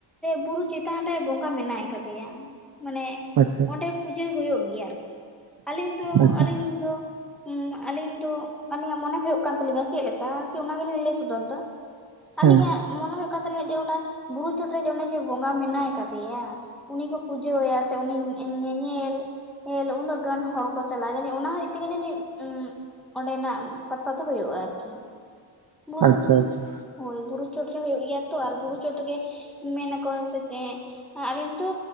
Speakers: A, in the centre; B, on the right (about 45°).
A: ᱵᱩᱨᱩ ᱪᱮᱛᱟᱱ ᱨᱮ ᱵᱚᱸᱜᱟ ᱢᱮᱱᱟᱭ ᱠᱟᱫᱮᱭᱟ᱾ ᱢᱟᱱᱮᱼᱼ
B: ᱟᱪᱪᱷᱟ, ᱟᱪᱪᱷᱟ᱾
A: ᱚᱸᱰᱮ ᱯᱩᱡᱟᱹ ᱦᱳᱭᱳᱜ ᱜᱮᱭᱟ ᱟᱨᱠᱤ᱾ ᱟᱹᱞᱤᱧ ᱫᱚ,
B: ᱟᱪᱪᱷᱟ
A: ᱟᱹᱞᱤᱧ ᱫᱚᱼᱼ ᱦᱩᱸ ᱟᱞᱤᱧ ᱫᱚ ᱟᱞᱤᱧᱟᱜ ᱢᱚᱱᱮ ᱦᱳᱭᱳᱜ ᱠᱟᱱ ᱛᱟᱹᱞᱤᱧᱟ ᱪᱮᱫ ᱞᱮᱠᱟ ᱾ ᱚᱱᱟ ᱜᱮᱞᱤᱧ ᱞᱟᱹᱭ ᱥᱚᱫᱚᱨ ᱫᱟ᱾ ᱟᱞᱤᱧᱟᱜ
B: ᱦᱮᱸ
A: ᱢᱚᱱᱮ ᱦᱳᱭᱳᱜ ᱠᱟᱱ ᱛᱟᱞᱤᱧᱟ ᱡᱮ, ᱚᱱᱟ ᱵᱩᱨᱩ ᱪᱚᱴᱨᱮ ᱚᱱᱮ ᱡᱮ ᱵᱚᱸᱜᱟ ᱢᱮᱱᱟᱭ ᱠᱟᱫᱮᱭᱟᱼᱼ ᱩᱱᱤ ᱠᱚ ᱯᱩᱡᱟᱹᱣᱭᱟ ᱥᱮ ᱩᱱᱤ ᱧᱮᱧᱮᱞ ᱧᱮᱞ ᱩᱱᱟᱹᱜ ᱜᱟᱱ ᱦᱚᱲ ᱠᱚᱼᱼ ᱪᱟᱞᱟᱜᱼᱟ᱾ ᱡᱟᱹᱱᱤᱡ ᱚᱱᱟ ᱦᱚᱛᱮᱡ ᱛᱮᱜᱮ ᱡᱟᱹᱱᱤᱡ ᱩᱸᱜ ᱚᱸᱰᱮᱱᱟᱜ ᱯᱟᱛᱟ ᱫᱚ ᱦᱳᱭᱳᱜᱼᱟ ᱟᱨᱠᱤ᱾ ᱵᱩᱨᱩ
B: ᱟᱪᱪᱷᱟ
A: <unintelligible>
B: ᱟᱪᱪᱷᱟ
A: ᱦᱳᱭ ᱵᱩᱨᱩ ᱪᱚᱴᱨᱮ ᱦᱳᱭᱳᱜ ᱜᱮᱭᱟ ᱛᱚ, ᱟᱨ ᱵᱩᱨᱩ ᱪᱚᱴ ᱨᱮᱜᱮ ᱢᱮᱱ ᱟᱠᱚ ᱥᱮ ᱪᱮᱫᱼᱼ ᱟᱞᱤᱧ ᱫᱚ